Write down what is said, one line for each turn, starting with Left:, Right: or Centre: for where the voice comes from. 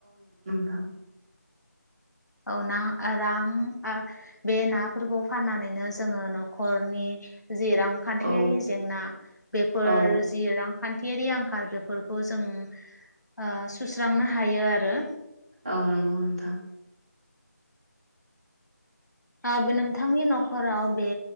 Right: दां।
Left: औ ना रां आं बे नाफोरखौ फाननानैनो जोङो न'खरनि जि रांखान्थियारि
Right: औ
Left: जेंना बेफोर
Right: औ
Left: जि रां खान्थियारि आंखाल बेफोरखौ जों ओ सुस्रांनो हायो आरो
Right: औ नंगौ नोंथां।
Left: ओ नोंथांनि न'खराव बे